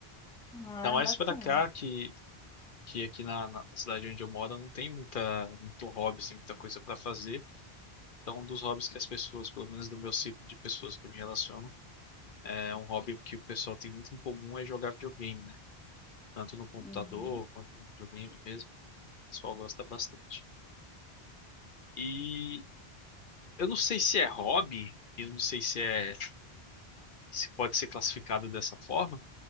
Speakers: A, in the centre; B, on the left (about 60°).
A: Ah,
B: Ainda
A: é
B: mais
A: bacana.
B: pra cá, que, que aqui na, na cidade onde eu moro não tem muita, muito hobby, assim, muita coisa pra fazer. Então, um dos hobbies que as pessoas, pelo menos do meu ciclo de pessoas que eu me relaciono, é um hobby que o pessoal tem muito em comum é jogar videogame, né? Tanto no computador
A: Uhum.
B: quanto no videogame mesmo. O pessoal gosta bastante. E eu não sei se é hobby, eu não sei se é, se pode ser classificado dessa forma,